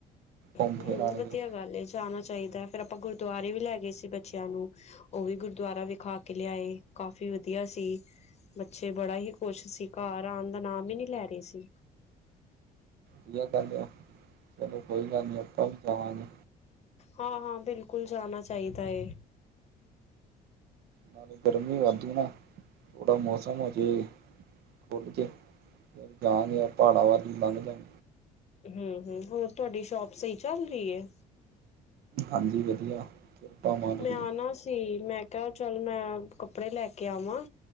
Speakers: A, on the right; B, on the left.
A: ਘੁੰਮ
B: ਹੂੰ
A: ਫਿਰ ਆਉਣਗੇ
B: ਵਧੀਆ ਗੱਲ ਜਾਣਾ ਚਾਹੀਦਾ ਫੇਰ ਆਪਾਂ ਗੁਰਦੁਆਰੇ ਵੀ ਲੈ ਗਏ ਸੀ ਬੱਚਿਆਂ ਨੂੰ। ਔ ਵੀ ਗੁਰਦੁਆਰਾ ਵਿਖਾ ਕੇ ਲਿਆਏ ਕਾਫ਼ੀ ਵਧੀਆ ਸੀ। ਬੱਚੇ ਬੜਾ ਹੀ ਖੂਸ਼ ਸੀ ਘਰ ਆਉਣ ਦਾ ਨਾਮ ਹੀ ਨਹੀਂ ਲੈ ਰਹੇ ਸੀ।
A: ਵਧੀਆ ਕਰੱਲ ਐ ਚਲੋ ਕੋਈ ਗੱਲ ਨੀ ਆਪਾਂ ਵੀ ਜਾਵਾਂਗੇ।
B: ਹਾਂ ਹਾਂ ਬਿਲਕੁਲ ਜਾਣਾ ਚਾਹੀਦਾ ਏ।
A: ਨਾਲੇ ਗਰਮੀ ਵੱਦੂ ਏ ਨਾ ਥੋੜ੍ਹਾ ਮੌਸਮ ਹੋ ਜੇ ਖੁੱਲ ਕੇ। ਫਿਰ ਜਾਗੇ ਪਹਾੜਾਂ ਵਲ ਈ ਲੰਘ ਜਾਣ
B: ਹੂੰ-ਹੂੰ ਹੋਰ ਤੁਹਾਡੀ ਸ਼ੋਪ ਸਹੀ ਚੱਲ ਰਹੀ ਏ।
A: ਹਾਂਜੀ ਵਧੀਆ। ਕਿਰਪਾ ਮਾਲਕ
B: ਮੈਂ
A: ਦੀ
B: ਆ ਨਾ ਸੀ ਮੈਂ ਕਿਹਾ ਚੱਲ ਮੈਂ ਕੱਪੜੇ ਲੈ ਕੇ ਆਵਾਂ।